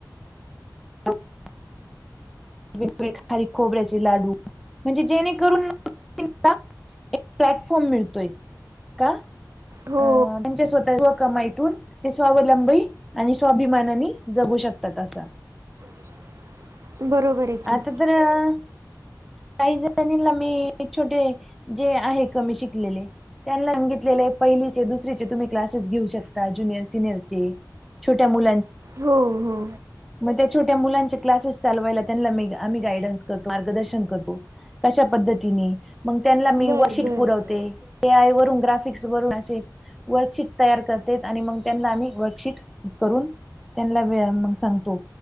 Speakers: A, in the centre; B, on the right (about 45°).
A: <unintelligible> वेगवेगळे खारीक खोबऱ्याचे लाडू म्हणजे जेणेकरून <unintelligible> एक प्लॅटफॉर्म मिळतोय. का?
B: हो
A: अ आमचे स्वतः कमाईतून ते स्वावलंबी आणि स्वाभिमानानी जगू शकतात, असं.
B: <inaudible> बरोबर आहे की.
A: आता तर, - काही जणीला मी छोटे जे आहे कमी शिकलेले त्यांना सांगितलेले पहिलीचे दुसरीचे तुम्ही क्लासेस घेऊ शकता ज्युनियर, सिनियरचे. छोट्या मुलां
B: हो हो.
A: मग त्या छोट्या मुलांचे क्लासेस चालवायला त्यांना मी आम्ही गायडन्स करतो मार्गदर्शन करतो. अशा पद्धतीने मग त्यांना मी
B: बरं
A: वर्कशीट
B: बरं
A: पुरवते <unintelligible> पंद्रा फिक्स करून असे. वर्कशीट तयार करते आणि मग त्यांना आम्ही वर्कशीट करून त्यांना <unintelligible> मग सांगतो,